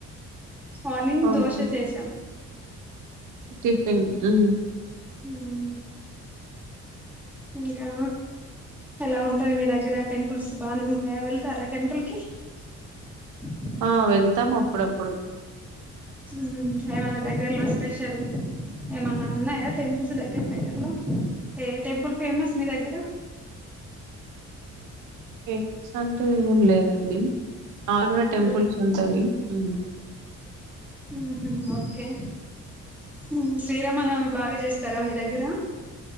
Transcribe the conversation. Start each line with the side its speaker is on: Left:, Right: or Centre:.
Centre: మార్నింగ్
Right: ఓకే
Centre: దోశ చేశాం
Right: టిఫిన్ ఉహు
Centre: ఊమ్ ఇంకా ఎలా ఉంటది మీ దగ్గర టెంపుల్స్ బానే ఉంటాయా వెళ్తారా టెంపుల్ కి <inaudible>
Right: ఆ వెళ్తాం అప్పుడప్పుడు
Centre: ఊ ఏమన్నా దగ్గర్లో స్పెషల్ ఏమన్నా ఉన్నాయా టెంపుల్స్ దగ్గర దగ్గరలో ఏ టెంపుల్ ఫేమస్ మీ దగ్గర
Right: ఫేమస్ అంటు ఏం లేదండి ఆరుగ టెంపుల్స్
Centre: ఆ
Right: ఉంటవి ఊ
Centre: ఉహు ఓకే ఉ శ్రీరామనవమి బాగా చేస్తారా మీ దగ్గర